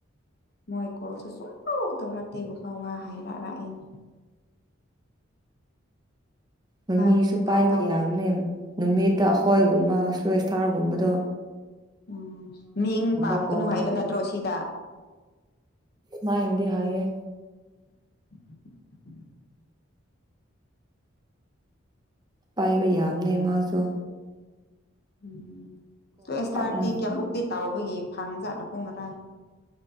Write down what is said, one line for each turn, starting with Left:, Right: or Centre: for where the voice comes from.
Left: ꯃꯣꯏ ꯀꯣꯜꯁꯨ ꯁꯨꯡꯇꯧ ꯇꯧꯔꯛꯇꯦꯕꯣꯕꯥ ꯋꯥ ꯍꯥꯏꯔꯛ ꯂꯥꯛꯏꯅꯤ
Right: ꯃꯃꯤꯁꯨ
Left: ꯅꯪꯁꯨ
Right: ꯄꯥꯏꯕ
Left: ꯇꯥꯎ ꯇꯥꯎ
Right: ꯌꯥꯝꯅꯦ ꯅꯨꯃꯤꯠꯇ ꯑꯈꯣꯏꯒꯨꯝꯕ ꯁ꯭ꯂꯣꯁꯇꯥꯔꯒꯨꯝꯕꯗꯣ
Left: ꯎꯝ ꯃꯤꯡ ꯄꯥꯟꯒꯅꯨ
Right: ꯀꯣꯜ
Left: ꯍꯥꯏꯕ ꯅꯠꯇ꯭ꯔꯣ ꯁꯤꯗ
Right: ꯃꯥ ꯏꯟꯗꯤ ꯍꯥꯏꯌꯦꯦ
Left: <unintelligible>
Right: ꯄꯥꯏꯕ ꯌꯥꯝ ꯌꯥꯝꯅꯦ ꯃꯥꯁꯣ
Left: ꯎꯝ ꯁꯋꯁ ꯊꯔꯗꯤ
Right: ꯎꯝ
Left: ꯀꯌꯥꯃꯛ ꯇꯥꯎꯕꯒꯤ ꯐꯥꯡꯖꯥꯠꯂꯈ ꯉꯇꯥꯡ